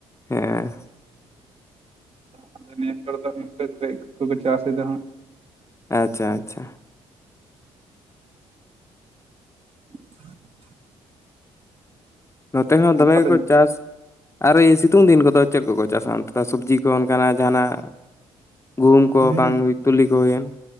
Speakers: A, on the left; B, on the right.
A: ᱦᱮᱸ
B: ᱟ ᱟ ᱱᱤᱭᱟᱹ ᱠᱚᱨᱮ ᱫᱚ ᱱᱝᱠ ᱠᱚᱨᱮ <inaudible> ᱠᱚᱠᱚ ᱪᱟᱥ ᱮᱫᱟ ᱦᱟᱸᱜ
A: ᱟᱪᱪᱷᱟ ᱟᱪᱪᱷᱟ᱾
B: <unintelligible>
A: ᱱᱚᱛᱮ ᱦᱚᱸ
B: ᱟᱨ
A: ᱫᱚᱢᱮ
B: ᱛᱟᱦᱚᱞᱮ
A: ᱜᱮᱠᱚ ᱪᱟᱥᱼᱼ ᱟᱨ ᱤᱭᱟᱹ ᱥᱤᱛᱩᱝ ᱫᱤᱱ ᱠᱚᱫᱚ ᱪᱮᱫ ᱠᱚᱠᱚ ᱪᱟᱥᱟ ᱥᱚᱵᱽᱡᱤ ᱠᱚ ᱚᱱᱠᱟᱱᱟᱜ ᱡᱟᱦᱟᱱᱟᱜ ᱜᱩᱦᱩᱢ ᱠᱚ
B: ᱦᱩᱸ
A: ᱵᱟᱝ ᱛᱩᱞᱤ ᱠᱚ ᱦᱩᱭᱮᱱ